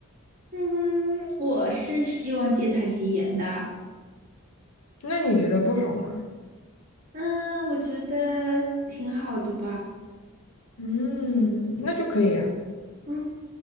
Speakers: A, on the right (about 40°); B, on the left (about 80°).
A: 嗯，我是希望借他吉言的，
B: 那你觉得不好吗？
A: 嗯，我觉得挺好的吧，
B: 嗯，那就可以啊。
A: 嗯。